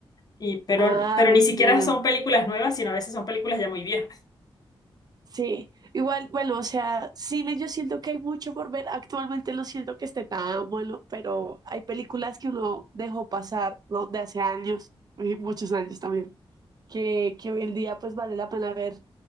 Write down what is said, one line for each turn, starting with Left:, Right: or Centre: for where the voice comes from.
Left: Y, pero,
Right: Ah,
Left: pero ni
Right: entiendo.
Left: siquiera son películas nuevas, sino a veces son películas ya muy viejas.
Right: Sí, igual, bueno, o sea, cine yo siento que hay mucho por ver. Actualmente no siento que esté tan bueno, pero hay películas que uno dejó pasar, ¿no? De hace años, y muchos años también, que, que hoy en día pues vale la pena ver.